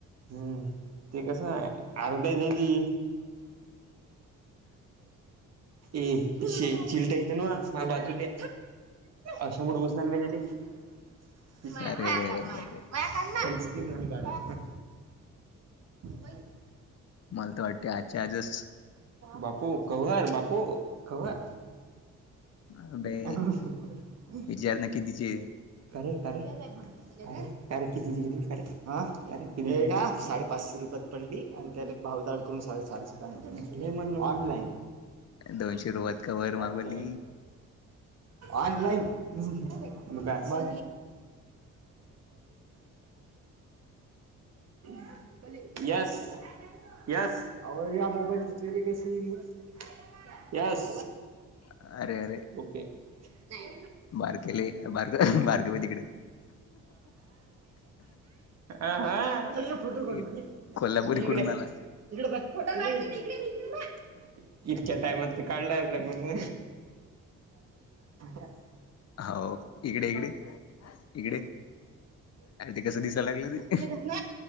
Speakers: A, on the right; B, on the left.
A: हम्म ते कसं आरोट्या दिली ए पीशे चीलटं येतीन्हवं माझ्या बाजूले असं बुडुवं मी मेलेले <unintelligible> म
B: अरे
A: मया
B: अरे अरे
A: काढ
B: अरे
A: मया
B: अरे
A: मया काढ ना का <unintelligible> <inaudible>
B: मला तर वाटते आजच्या आजच
A: बापू कव्हर बापू कव्हर
B: हम्म बे
A: <unintelligible>
B: विचार ना कितीचे
A: कारे कारे कारे तारीख किती दिली होती तारीख? हे का साडे पाचशे रुपये. पडली आणि त्याला भावता अडून साडे चारशेत आणलं. म्हण ऑनलाईन.
B: दोनशे रुपयात कवर मागवली
A: सत्य आहे. ऑनलाईन? ब काय ब. <unintelligible> Yes yes. आवड - <unintelligible> येस.
B: अरे अरे
A: ओके. नाही.
B: बारकेले बारग बारगवे तिकडे.
A: हा हा. चल ना फोटो काढू
B: एक
A: ये.
B: कोल्हापूर
A: ये
B: इकडून
A: इकडे.
B: आला
A: इकडे बघ. इकडे ये इकडे. इतक्या टाइमात तर काढलाय का कोण? <unintelligible>
B: हाव. इकडे ये. इकडे ये. इकडे. आणि ते कस दिसायला लागलं ते?
A: हे धर ना